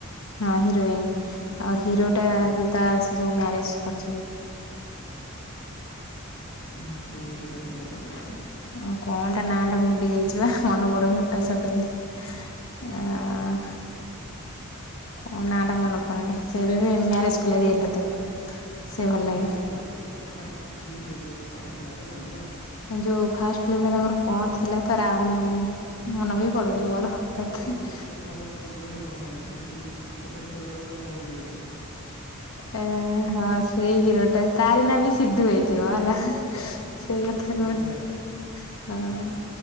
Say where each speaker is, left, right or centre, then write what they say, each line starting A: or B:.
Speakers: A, on the left (about 70°); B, on the left (about 50°).
A: ହଁ ହିରୋଇନ ଆଉ ହିରୋଟା
B: ହୁଁ
A: ଯୋଉ ତ ସେ ଯୋଉ ମ୍ୟାରେଜ କରିଛି।
B: ହୁଁ କୋଉ ହିରୋଟା ଥିଲା କି ସେ।
A: ଆଉ କଣ ତା ନାଁ ଟା ଭୁଲି ଯାଇଛି ବା। ମନେ ପଡୁନି ହଟାତ୍ ସଡନଲି। ହଁ। କ ନା ଟା ମନେ ପଡୁନି। ସେ ବି ମ୍ୟାରେଜ କଲେ ରିଏଲରେ ତାକୁ ସେ ଭଲ
B: ଓ
A: ଲାଗେ
B: ଯୋଉ ଫାଷ୍ଟ ଫିଲ୍ମରେ ଯୋଉ ଆସିଥିଲା ତ ତାଙ୍କର।
A: ଯୋଉ ଫାଷ୍ଟ୍ ଫିଲ୍ମରେ ତାଙ୍କର କଣ ଥିଲା ତ ରାମ୍ ମନ ବି ପଡୁନି ମୋର ହଠାତ୍‌।
B: ଆପଣଙ୍କ ସହ କଥା ହେବା ପୂର୍ବରୁ ବି ମୋର ମନେ ଥିଲା। କିନ୍ତୁ କଥା ହେଇ ସାରିଲା ପରେ ମୁଁ ଭୁଲିଗଲି।
A: ଏ ହଁ ସେଇ ହିରୋଟା ତାରି ନା ବି ସିଧୁ ହେଇଥିବ ହେଲା। ସେଇ କଥା
B: ବୋଧାଏ
A: କହୁଛି। ହଁ